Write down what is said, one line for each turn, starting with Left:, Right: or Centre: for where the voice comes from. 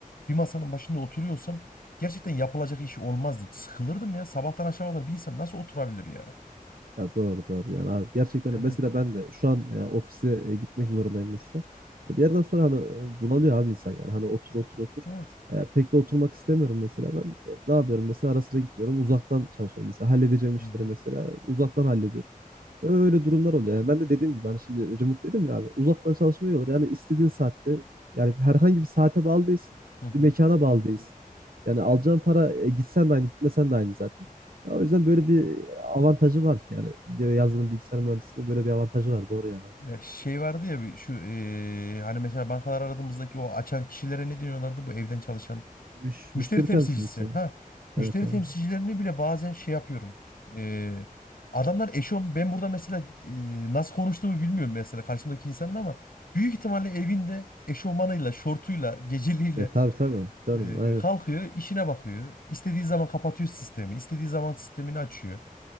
Left: bir masanın başında oturuyorsam Gerçekten yapılacak iş olmazdı. Sıkılırdım ya. Sabahtan akşama kadar bir insan nasıl oturabilir ya?
Right: Ya doğru doğru yani abi gerçekten
Left: Yani
Right: öyle. Mesela ben de şu an yani ofise e, gitmek zorundayım mesela. Ya bir yerden sonra hani e, bunalıyor abi insan yani hani otur otur otur.
Left: evet.
Right: E, pek de oturmak istemiyorum mesela ben. E, ne yapıyorum mesela ara sıra gitmiyorum uzaktan çalışıyorum mesela halledeceğim işleri
Left: Hı hı.
Right: mesela uzaktan hallediyorum. Öyle durumlar oluyor. Yani ben de dediğim gibi hani şimdi remote dedim ya abi uzaktan çalışma iyi olur. Yani istediğin saatte yani herhangi bir saate bağlı değilsin.
Left: Hı hı.
Right: Bir mekana bağlı değilsin. Yani alacağın para e, gitsen de aynı gitmesen de aynı zaten. Ya o yüzden böyle bir avantajı var yani. Bir Yazılım bilgisayar mühendisliğinde böyle bir avantajı var. Doğru yani abi.
Left: Ya şey vardı ya bir şu eee, hani mesela bankalar aradığımızdaki o açan kişilere ne diyorlardı bu evden çalışan
Right: Müş,
Left: müşteri
Right: müşteri
Left: temsilcisi
Right: temsilcisin.
Left: ha müşteri
Right: Evet abi.
Left: temsilcilerini bile bazen şey yapıyorum Eee, adamlar eşofman ben burada mesela eee, nasıl konuştuğumu bilmiyorum mesela karşımdaki insanın ama büyük ihtimalle evinde eşofmanıyla şortuyla geceliğiyle
Right: E tabii tabii. Canım
Left: Ee,
Right: aynen.
Left: kalkıyor, işine bakıyor. İstediği zaman kapatıyor sistemi. istediği zaman sistemini açıyor.